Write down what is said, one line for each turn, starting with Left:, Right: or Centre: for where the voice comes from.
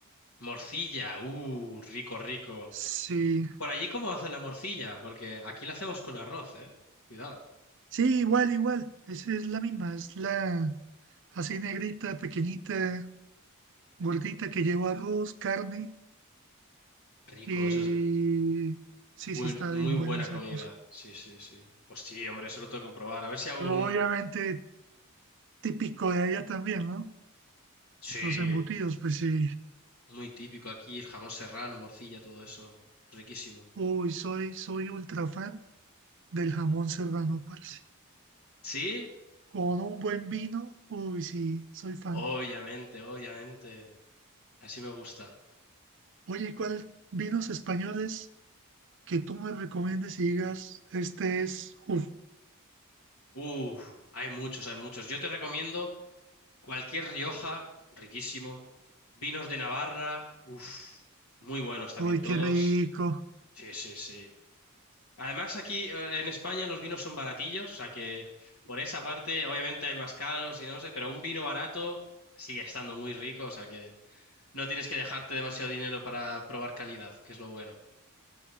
Left: morcilla, uh, rico, rico.
Right: Sí,
Left: Por allí, ¿cómo hacen la morcilla? Porque aquí la hacemos con arroz, ¿eh? Cuidado.
Right: sí, igual, igual, es, es la misma, es la así negrita, pequeñita, gordita que lleva arroz, carne
Left: Rico,
Right: y
Left: eso es
Right: sí,
Left: buen-
Right: sí está
Left: muy
Right: bien
Left: buena
Right: buena esa
Left: comida.
Right: cosa.
Left: Sí, sí, sí. Pues sí, hombre, eso lo tengo que probar. A ver si hago
Right: Pero
Left: un...
Right: obviamente típico de allá también, ¿no?
Left: Sí,
Right: Los embutidos, pues sí.
Left: muy típico aquí, el jamón serrano, morcilla, todo eso. Riquísimo.
Right: Uy, soy, soy ultra fan. del jamón serrano, parce.
Left: ¿Sí?
Right: Con un buen vino, uy, sí, soy fan.
Left: Obviamente, obviamente. Así me gusta.
Right: Oye, ¿cuál vinos españoles que tú me recomiendes y digas, este es, uff,
Left: Uf, hay muchos, hay muchos. Yo te recomiendo cualquier Rioja, riquísimo. Vinos de Navarra, uf, muy buenos también
Right: uy,
Left: todos.
Right: qué rico?
Left: Sí, sí, sí. Además, aquí eh, en España los vinos son baratillos, o sea que por esa parte, obviamente hay más caros y no sé, pero un vino barato sigue estando muy rico, o sea que no tienes que dejarte demasiado dinero para probar calidad, que es lo bueno.